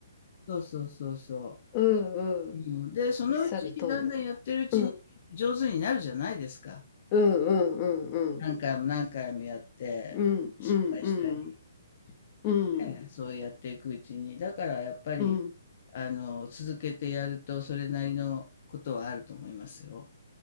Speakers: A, on the left; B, on the left.
A: そうそうそうそ
B: <laughs> うんうん。
A: う。うん、で、そのうちだんだんやってるうちに上手になるじゃないですか。
B: おっしゃる通りだ。うん、うんうんうんうん。
A: 何回も何回もやって、
B: うんうんうん
A: 失敗したり、
B: うん。
A: ね、そうやっていくうちに。だからやっぱり、
B: うん。
A: あの、続けてやるとそれなりのことはあると思いますよ。